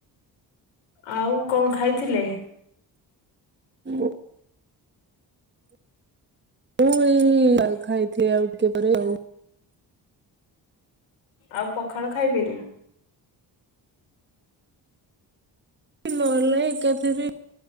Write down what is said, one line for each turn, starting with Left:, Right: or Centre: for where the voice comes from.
Left: ଆଉ କଣ ଖାଇଥିଲେ।
Right: ମୁଁ। ମୁଁ ଏଇ ଖାଇଥିଲି ଆଉ ଟିକେ ପରେ ଆଉ।
Left: ଆଉ ପଖାଳ ଖାଇବେନି।
Right: ନହେଲେ ନାହିଁ ଏକାଥରେ।